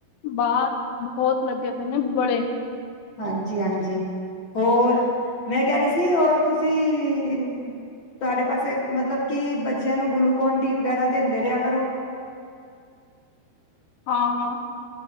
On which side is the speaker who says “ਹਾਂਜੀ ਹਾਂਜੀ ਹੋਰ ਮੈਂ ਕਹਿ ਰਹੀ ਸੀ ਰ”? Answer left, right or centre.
Left